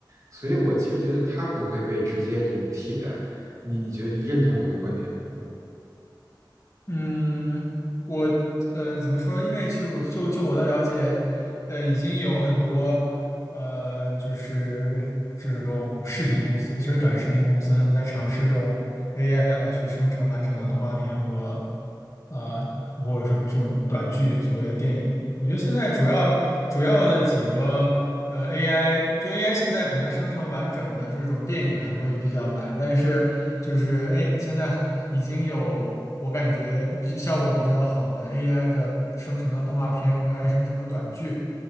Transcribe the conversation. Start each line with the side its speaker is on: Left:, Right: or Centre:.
Right: 所以我其实觉得它不会被直接这种替代。你你觉得你认同我这观点吗？
Left: 嗯，我呃怎么说？因为其实我就就我的了解，呃，已经有很多呃，就是种视频公司，尤其是短视频公司，他们在尝试用 AI 来去生成完整的动画片和呃，或者说这种短剧，所谓的电影。我觉得现在主要主要的几个呃 AI，就 AI 现在可能生成完整的这种电影还会比较难，但是就是 A 现在已经有我感觉比效果比较好的 AI 的生成的动画片和 AI 生成的短剧。